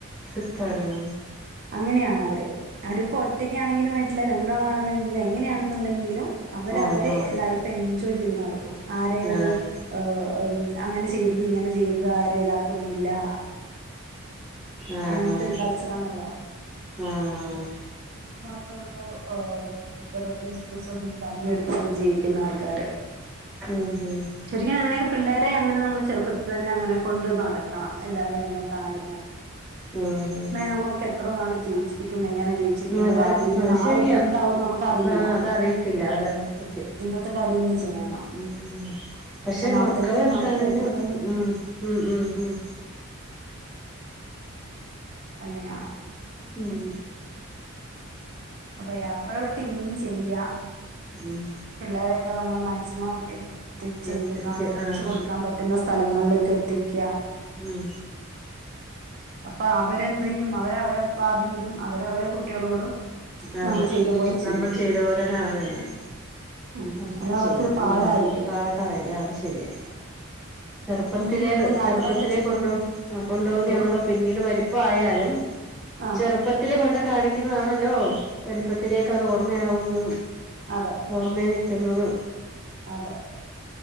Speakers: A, in the centre; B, on the right.
A: ട്രിപ്പാണാ-
B: അങ്ങനെയാണവര്- അവര്പ്പോ ഒറ്റക്കാണെങ്കിലും വീട്ട്ല് - രണ്ടാളാണ് വേണ്ടില എങ്ങനെയാണെന്നുണ്ടെങ്കിലും- അവര
A: ആഹ്
B: അവരെ
A: ആഹ്
B: ലൈഫ് എൻജോയ് ചെയ്ത് നടക്കും ആരെ അത്
A: ആഹ്
B: ഓ അങ്ങനെ ചെയ്യരുത് ഇങ്ങനെ ചെയ്യരുത് ആരെ ഇതാക്കുന്നില്ല-
A: ആഹ്
B: അങ്ങനത്തെ ഒരു കൾച്ചറാണല്ലോ?
A: ആഹ് -
B: അത് മാത്രമേള്ളൂ- ആഹ <unintelligible> <unintelligible> പണിയെടുത്ത് ജീവിക്കുന്ന ആൾക്കാര്-
A: ഉം മ്-
B: ശരിക്കും അങ്ങനെയൊക്കെ പിള്ളേരെ അങ്ങനെ നമ്മള് ചെറുപ്പത്തി തന്നെ അങ്ങനെ കൊണ്ട് നടക്കണം എല്ലാരെയ അങ്ങനെ കാണിക്കണം-
A: ഉം ഹം
B: ന്നാ നമ്മളൊക്കെ എത്ര നാള് ജീവിച്ചിരിക്കും എങ്ങനെ- ജീവിച്ചിരിക്കും
A: അതെ
B: ഭാവിയിൽ
A: അത്
B: നാളെ
A: ശെരിയാ
B: ഇപ്പൊ എന്താവും നമുക്കറിയില്ല
A: ആ അതറിയത്തില്ല അതെ അത് സത്യം
B: ഇന്നത്തെ കാര്യം ഇന്ന് ചെയ്യണം
A: ഉം പക്ഷെ
B: ഇപ്പൊ നാളത്തേക്കായി
A: മക്കള് ഒക്കാണേലും
B: മാറ്റി വെക്കരുതെന്ന്
A: ഉം ഉം ഉം ഉം
B: അങ്ങനെയാണ്
A: ഉം
B: അപ്പൊ യാത്രകൾ ഇനി ചെയ്യ
A: ഉം
B: പിള്ളേർ ക്കെ നമ്മൾ മാക്സിമം <unintelligible> ചെയ്യ
A: എത്തിക്ക
B: കാണിച്ചു
A: ആഹ്
B: കൊടുക്കാൻ പറ്റുന്ന സ്ഥലങ്ങളിൽ കത്തിക
A: ഉം
B: അപ്പ അവരെന്ത ചെയ്യും അവര അവരെ ഭാവിയിലും അവര അവരെ കുട്ടികളോടും
A: അത്
B: നമ്മൾ ചെയ്ത പോലെ
A: നമ്മൾ
B: ചെയ്യും
A: ചെയ്ത പോലെന്നത് തന്നെ
B: ഉം
A: അവത്
B: അത് അവർക്കൊരു
A: ചെയ്യും
B: പാടായിരിക്കും
A: ഉ പാടായ അത് ശരിയാ ചെറുപ്പത്തിലെ
B: ഇനി കുട്ടികളെ യാത്രയൊക്കെ
A: ചെറുപ്പത്തിലെ
B: ചെയ്യാം
A: കൊണ്ട കൊണ്ട പോന്നതണല്ലോ
B: എന്തോ
A: പിന്നീട് വലിപ്പയാലും
B: ആ
A: ചെറുപ്പത്തിലെ കൊണ്ട കാണിക്കുന്നതാണല്ലോ വലിപ്പത്തിലേക്ക് അത് ഓർമ്മയാവുന്നു
B: അതെ
A: ഓർമ്മേനി എത്തുന്നത്
B: അതെ